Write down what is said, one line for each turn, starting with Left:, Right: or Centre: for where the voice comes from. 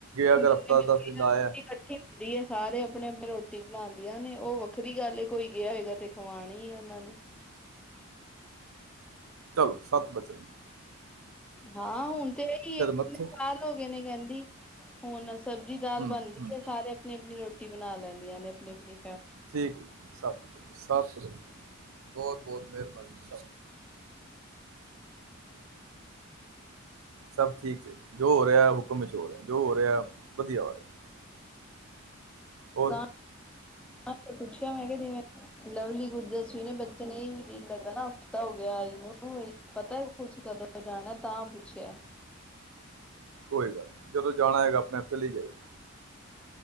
Centre: ਇਕੱਠੀ
Right: ਅਗਰ
Centre: ਹੁੰਦੀ
Right: ਹਫਤਾ ਦਿਨ ਦਾ ਆਇਆ
Centre: ਹੈ ਸਾਰੇ ਆਪਣੇ ਆਪਣੇ ਰੋਟੀ ਰੋਟੀ ਬਣਾਦੀਆਂ ਨੇ ਉਹ ਵੱਖਰੀ ਗੱਲ ਕੋਈ ਗਿਆ ਹੋਏਗਾ ਤੇ ਖਵਾਣੀ ਉਹਨਾਂ ਨੇ
Right: ਚਲੋ ਸੱਤ ਵੱਜੇ,
Centre: ਹਾਂ ਹੁਣ ਤੇ ਇਹੀ ਐ
Right: ਮੱਥੇ
Centre: ਸਾਲ ਹੋ ਗਏ ਨੇ ਕਹਿੰਦੀ ਹੁਣ ਸਬਜ਼ੀ
Right: ਹੂੰ
Centre: ਦਾਲ ਬਣਦੀ
Right: ਹੂੰ
Centre: ਹੈ ਸਾਰੇ ਆਪਣੀ-ਆਪਣੀ ਰੋਟੀ ਬਣਾ ਲੈਂਦੀਆਂ ਨੇ ਆਪਣੀ-ਆਪਣੀ,
Right: ਠੀਕ ਸਾ ਸਾਫ਼ ਸੁਥਰਾ ਬਹੁਤ-ਬਹੁਤ ਮਿਹਰਬਾਨੀ <unintelligible> ਸਭ ਠੀਕ ਐ ਜੋ ਹੋ ਰਿਹਾ ਹੁਕਮ ਵਿੱਚ ਹੋ ਰਿਹਾ ਜੋ ਹੋ ਰਿਹਾ ਵਧੀਆ ਹੋ ਰਿਹਾ। ਔਰ,
Centre: ਤਾਂ ਪੁੱਛਿਆ ਮੈਂ ਕਿਹਾ ਜਿਵੇਂ ਲਵਲੀ ਗੁਰਦਸਵੀ ਨੇ ਬੱਚੇ ਨੂੰ ਨਹੀ ਵੀ ਜੀ ਲੱਗਦਾ ਨਾ ਹਫਤਾ ਹੋ ਗਿਆਨੂੰ ਪਤਾ ਕੁਛ ਕਦੋਂ ਜਾਣਾ ਤਾਂ ਪੁੱਛਿਆ
Right: ਕੋਈ ਗੱਲ ਨਹੀਂ ਜਦੋਂ ਜਾਣਾ ਹੈਏਗਾ ਆਪਣੇ ਆਪ ਚਲੀ ਜਾਏਗੀ।